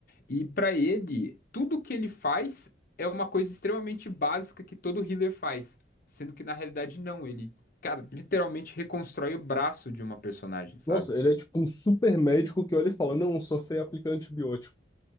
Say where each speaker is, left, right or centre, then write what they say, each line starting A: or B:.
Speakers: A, on the left (about 50°); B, on the left (about 15°).
A: E para ele, tudo que ele faz é uma coisa extremamente básica que todo healer faz, sendo que na realidade não, ele, cara, literalmente reconstrói o braço de uma personagem, sabe?
B: Nossa, ele é tipo um super médico que olha e fala: Não, eu só sei aplicar antibiótico.